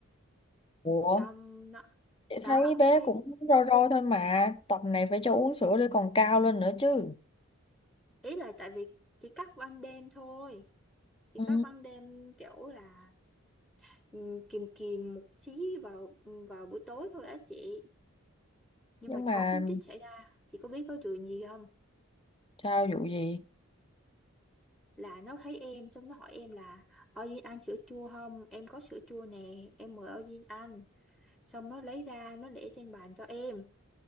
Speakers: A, on the left (about 25°); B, in the centre.
A: ủa
B: trong nó
A: chị
B: đó
A: thấy bé
B: cái
A: cũng rôi rôi thôi mà tập này phải cho uống sữa để còn cao lên nữa chứ
B: ý là tại vì chỉ cắt ban đêm thôi chỉ
A: ừ.
B: cắt ban đêm kiểu là ừ, kìm kìm một xí vào ừ, vào buổi tối thôi á chị nhưng
A: nhưng
B: mà
A: mà
B: có cú tích xảy ra chị có biết có chuyện gì không
A: sao vụ gì
B: là nó thấy em xong nó hỏi em là Ôi Duyên ăn sữa chua không em có sữa chua nè em mời Ôi Duyên ăn xong nó lấy ra nó để trên bàn cho em